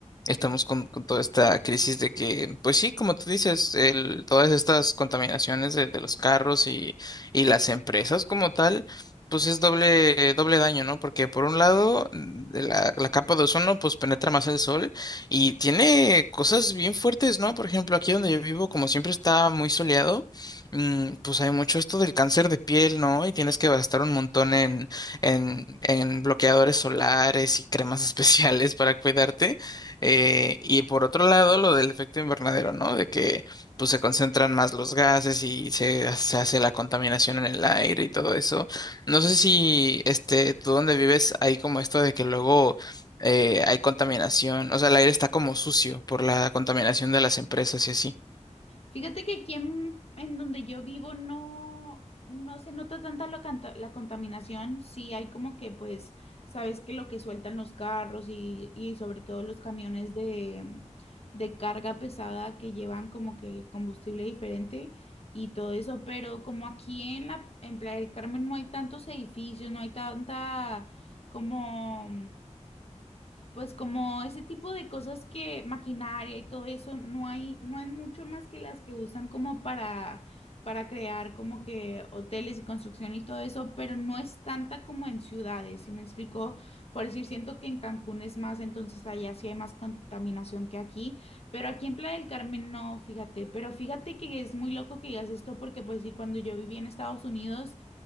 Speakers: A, on the left (about 30°); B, on the left (about 55°).
A: estamos con, con toda esta crisis de que, pues sí, como tú dices, el, todas estas contaminaciones de, de los carros y, y las empresas como tal. Pues es doble, doble daño, ¿no? Porque por un lado, mm, de la, la capa de ozono, pues penetra más el sol y tiene cosas bien fuertes, ¿no? Por ejemplo, aquí donde yo vivo, como siempre está muy soleado, mm, pues hay mucho esto del cáncer de piel, ¿no? Y tienes que gastar un montón en, en, en bloqueadores solares y cremas <laughs> especiales para cuidarte. Eh, y por otro lado, lo del efecto invernadero, ¿no? De que pues se concentran más los gases y se, se hace la contaminación en el aire y todo eso. No sé si este, tú donde vives hay como esto de que luego eh, hay contaminación, o sea, el aire está como sucio por la contaminación de las empresas y así.
B: Fíjate que aquí en, en donde yo vivo no, no se nota tanta la, canta- la contaminación. Sí hay como que, pues, sabes que lo que sueltan los carros y, y sobre todo los camiones de, de carga pesada que llevan como que combustible diferente y todo eso, pero como aquí en la, en Playa del Carmen no hay tantos edificios, no hay tanta como pues como ese tipo de cosas que maquinaria y todo eso, no hay, no hay mucho más que las que usan como para, para crear como que hoteles y construcción y todo eso, pero no es tanta como en ciudades, ¿sí me explico? Por decir, siento que en Cancún es más, entonces allá sí hay más contaminación que aquí, pero aquí en Playa del Carmen no, fíjate, pero fíjate que es muy loco que digas esto porque pues decir, cuando yo viví en Estados Unidos,